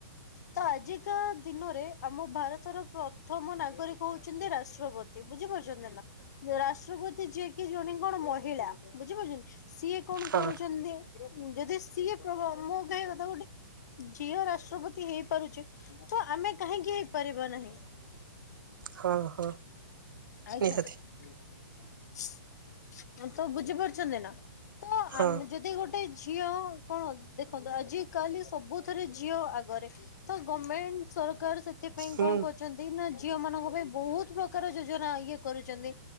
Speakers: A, on the left (about 55°); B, on the right (about 75°).
A: ତ ଆଜି ଆଜିକା ଦିନରେ ଆମ ଭାରତର ପ୍ରଥମ ନାଗରିକ ହଉଚନ୍ତି ରାଷ୍ଟ୍ରପତି ବୁଝିପାରୁ ଚନ୍ତି ନା ରାଷ୍ଟ୍ରପତି ଯିଏ କି ଜଣେ କଣ ମହିଳା। ବୁଝିପାରୁଛନ୍ତି ସିଏ କଣ
B: ହଁ ହଁ
A: କରୁଛନ୍ତି
B: ହଁ
A: ଉଁ ଉଁ ଯଦି ସିଏ ମୋ ମୋ କହିବା କଥା ଗୋଟେ ଝିଅ ରାଷ୍ଟ୍ରପତି ହେଇପାରୁଚି ତ ଆମେ କାହିଁକି ହେଇପାରିବା ନାହିଁ?
B: ହଁ ହଁ
A: ଆଜ୍ଞା।
B: ନିହାତି।
A: ତ ବୁଝିପାରୁଛନ୍ତି ନା ତ
B: ହଁ
A: ଆମେ ଯଦି ଗୋଟେ ଗୋଟେ ଝିଅ କଣ ଦେଖନ୍ତୁ ଆଜି କାଲି ସବୁଥରେ ଝିଅ ଆଗରେ। ତ ଗମେଣ୍ଟ ସରକାର ସେଥିପାଇଁ
B: ହୁଁ
A: କଣ କରୁଚନ୍ତି ନା ଝିଅ ମାନଙ୍କ ପାଇଁ ବହୁତ ପ୍ରକାର ଯୋଜନା ଇଏ କରୁଛନ୍ତି,